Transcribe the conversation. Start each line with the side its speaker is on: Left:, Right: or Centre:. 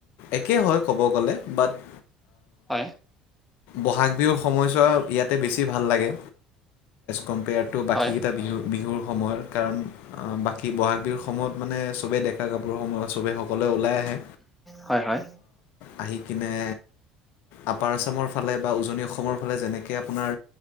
Left: একে হ ক'ব গ'লে বাট।
Centre: হয়।
Left: বহাগ বিহুৰ সময়ছোৱা ইয়াতে বেছি ভাল লাগে। কম্পেয়াৰ টো বাকীকেইটা
Centre: হয়
Left: বিহু-বিহু কাৰণ বাকী বহাগ বিহুৰ সময়ত মানে চবে ডেকা কাপোৰ সময় সবে সকলোৱে ওলাই আহে।
Centre: হয় হয় হয়
Left: আহি। খিনে আপাৰ আছামৰ ফালে বা উজনি অসমৰ ফালে যেনেকে আপোনাৰ